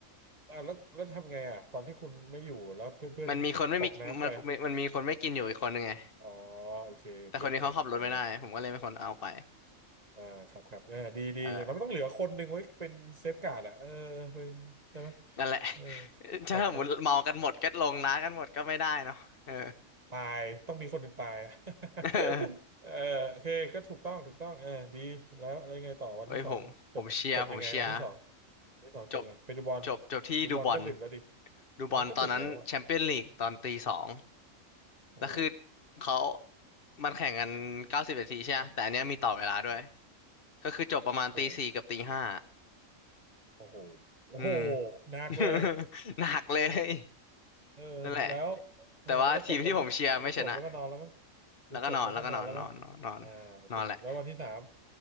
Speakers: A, on the right; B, on the left.
A: อ่ะแล้วแล้วทำไงอ่ะตอนที่คุณไม่อยู่แล้วเพื่อนเพื่อนตกน้ำไป
B: มันมีคนไม่มีมันมันมีคนไม่กินอยู่อีกคนนึงไง
A: อ๋อโอเคเก็ตเก็ตอ่า
B: แต่คนนี้เขาขับรถไม่ได้ผมก็เลยเป็นคนเอาไป
A: อ่าครับครับอ่าดีดีอย่างน้อยมันต้องเหลือคนหนึ่งไว้เป็นเซฟการ์ดอ่ะเออเป็นใช่ไหม
B: เออ <laughs> นั่นแหละ
A: เออ
B: ถ้าหมดเมากันหมดก็ลงน้ากันหมดก็ไม่ได้เนาะเออ
A: ครับครับ ตายต้องมีคนหนึ่งตาย
B: <laughs> เออ
A: <laughs> เออโอเคก็ถูกต้องถูกต้องเออดีแล้วอะไรไงต่อวันที่สองจบจบยังไงวันที่สอง
B: ว้ยผมผมเชียร์ผมเชียร์
A: วันที่สองจบยังไงไปดูบอล
B: จบจบจบที่ดูบอล
A: ดูบอลก็ดึกแล้วดิ
B: ดูบอลตอนนั้นแชมเปี้ยนลีกตอนตีสอง
A: ดูบอลก็ดึกแล้วอ่ะโอ้โห
B: แล้วคือเขามันแข่งกันเก้าสิบนาทีใช่ไหมแต่อันเนี้ยมีต่อเวลาด้วย
A: อืมอืม
B: ก็คือจบประมาณตีสี่กับตีห้า
A: โอ้โหโอ้โหโอ้โห
B: อืม
A: หนักเลย
B: <laughs> หนักเลย
A: เออเออแล้ว
B: นั่นแหละ
A: เออแล้วก็จบกันที่ดูจบแล้วก็นอนแล้วมั้ง
B: แต่ว่าทีมที่ผมเชียร์ไม่ชนะ แล้วก็นอนแล้วก็นอนนอนนอนนอน
A: ดูจบแล้วก็นอนแล้วมั้งอ่าโอเคแล้ววันที่สาม
B: นอนแหละ